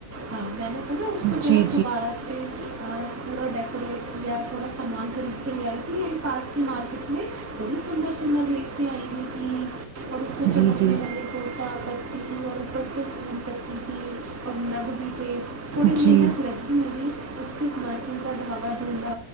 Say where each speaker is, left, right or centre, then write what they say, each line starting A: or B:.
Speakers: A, on the right; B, on the right.
A: ہاں میں نے مطب اس کو
B: جی
A: ذرا دوبارہ سے تھورا ڈیکوریٹ کیا تھوڑا سامان خرید کے لے آئی تھی یہ پاس کی مارکیٹ میں بت سندر سندر پس آئی ت اور اس کو
B: جی
A: چمکنے
B: جی جی
A: والے گٹا آپ ت اور اوپر سے پھول پکتی تھی اور نگ بھی ہے تھوڑی
B: جی
A: محنت لگی میری کف ناچن کا دھاگا ڈھونڈا